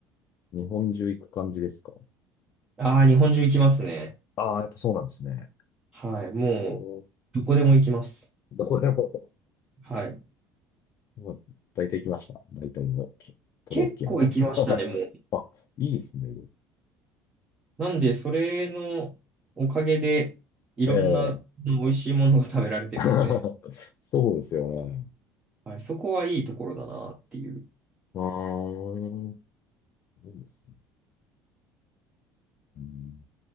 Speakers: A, on the left; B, on the right.
A: 日本中行く感じですか
B: ああ、日本中行きますね。
A: ああー、やっぱそうなんですね。
B: はい。もう、
A: おー、
B: どこでも行きます。
A: どこでも、
B: はい。
A: もう大体行きました。大体のき都道府県は。
B: 結構行きましたね、
A: <laughs>
B: も
A: あ、いいですね。
B: なんで、それのおかげで、いろんなうん美味しいものが食べられてるので、
A: ええ。<laughs> そうですよね。
B: はい、そこはいいところだなっていう。
A: うーん。そうですね。うん。